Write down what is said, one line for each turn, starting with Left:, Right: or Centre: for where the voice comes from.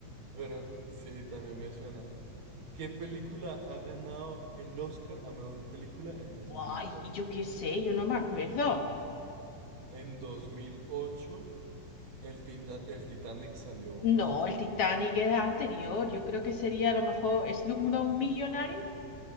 Right: pero sí, también me suena. ¿Qué película ha ganado el Oscar a mejor película en dos
Left: ¡Guay!
Right: mil ocho
Left: y Yo qué sé, yo no me acuerdo.
Right: En 2008 el, Tinda- el Titanic salió antes.
Left: No, el Titanic era anterior. Yo creo que sería a lo mejor Slumdog Millionaire,